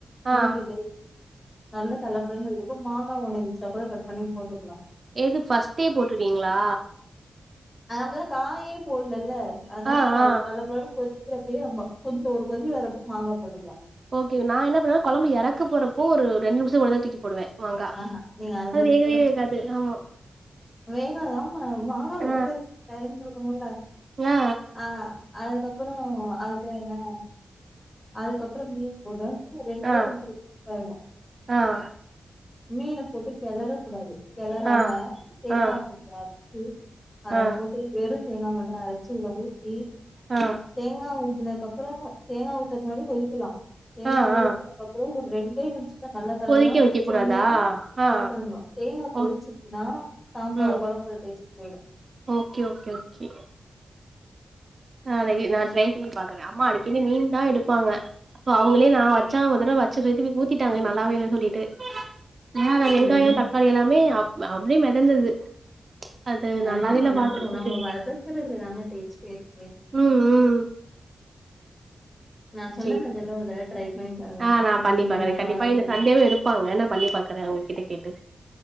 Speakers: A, on the right; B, on the left.
A: ஆ
B: ஊத்திட்டு நல்லா தலபுல இருக்கிறப்ப மாங்கா ஒன்னு இருந்ச்சுன்னா கூட கட் பண்ணி போட்டுக்கலா
A: எது ஃபஸ்ட்டே போட்டுருவீங்களா
B: அ நம்ம தா காயே போடலல்ல அதனால
A: ஆ ஆ
B: தல புலனு கொதி க்கிறப்பயே நம்ப கொஞ்சோ ஒரு கொதி வரப்ப மாங்கா போட்டுக்கலா
A: ஓகே நா என்ன பண்ணுவே கொழம்பு எறக்க போறப்போ ஒரு ரெண்டு நிமிஷ மொதல தூக்கி போடுவே மாங்கா
B: அ ஹ நீங்க அதுக்கு
A: அது
B: முன்னாடி
A: வேகவே
B: போடக்
A: வேகாது ஆமா
B: வேகா தாம்மா மாங்கா வேகறத்துக்கு
A: ஆ
B: டைம் கொடுக்கணுல்ல
A: ஆ
B: அ அதுக்கப்புறோ அது பேர் என்ன அதுக்கப்புறோ மீ ஒரு <unintelligible> ரெண்டே
A: ஆ ஆ
B: நிமிஷத்துல குக் ஆயிடு
A: ஆ
B: மீன போட்டு கெளற கூடாது கெளறாம
A: ஆ
B: தேங்கா
A: ஆ
B: பூ சாறு அரச்சு அத
A: ஆ
B: போட்டு வெறு தேங்கா மட்டு அர சு இதுல ஊத்தி
A: ஆ
B: தேங்கா ஊத்துனக்கு அப்புறோ தேங்கா ஊத்தறக்கு முன்னாடி கொதிக்கலா தேங்கா
A: ஆ
B: ஊத்தனக்கப்புறோ
A: ஆ
B: ஒரு ரெண்டே நிமிஷத்துல நல்ல தலதலன்னு
A: கொதிக்க
B: கொதிச்ச
A: வைக்க கூடாதா
B: ஒனே
A: ஆ
B: ஆஃப் பண்ணு தேங்கா கொதிச்சுச்சுன்னா
A: ஓ
B: சாம்பார்
A: ம்
B: கொழம்போட டேஸ்ட் போயிடு
A: ஓகே ஓகே ஓகே நா இன்னைக்கி நா ட்ரை பண்ணி பாக்குறே அம்மா அடிக்கடி மீன் தா எடுப்பாங்க இப்போ அவுங்களே நா வச்சா ஒரு தடவ வச்செ சொல்லிட்டு போய் ஊத்திட்டாங்க நல்லாவே இல்ல சொல்லிட்டு மேல வெங்காயோ
B: ம்
A: தக்காளி எல்லாமே அப் அப்டியே மெதந்தது அது
B: நல்லா
A: நல்லாவே இல்ல
B: வணக்கணு
A: பாக்குறதுக்கு
B: நம்ப வத க்குறதுளதாஙக டேஸ்டே இருக்கு
A: ம் ம்
B: நா சொன்ன
A: சேரி
B: மெதட்ல ஒரு தட்வ ட்ரை பண்ணி பாருங்க
A: ஆ நா
B: உண்மையாலுமே
A: பண்ணி பாக்கறே
B: நல்லா
A: கண்டிப்பா
B: இருக்கு
A: இந்த சண்டேவே எடுப்பாங்க நா பண்ணி பாக்குறே அவங்க கிட்ட கேட்டு